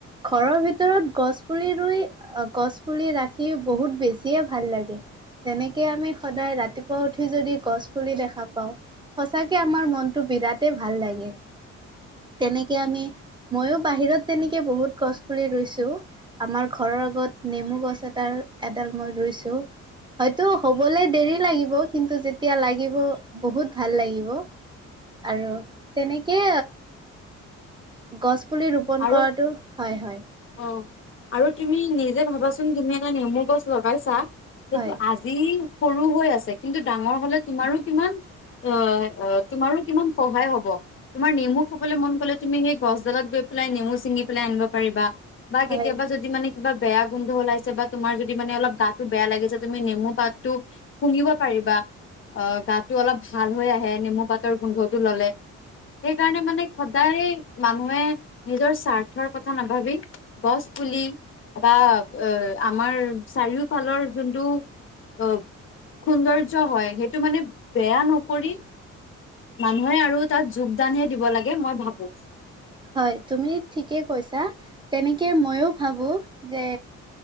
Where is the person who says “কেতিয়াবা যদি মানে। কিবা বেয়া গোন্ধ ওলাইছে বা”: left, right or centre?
Left